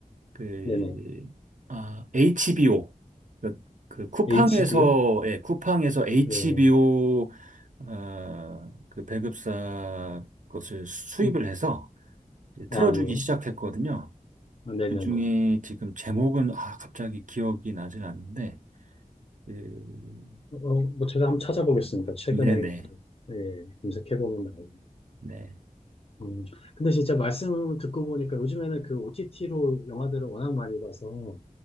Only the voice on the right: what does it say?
그,
아, HBO. 그, 그 쿠팡에서,
예, 쿠팡에서 HBO,
어, 그 배급사 것을 수입을
해서 이제 틀어주기
시작했거든요.
그중에 지금 제목은 아 갑자기 기억이 나질 않는데 그,
네네 네,
네,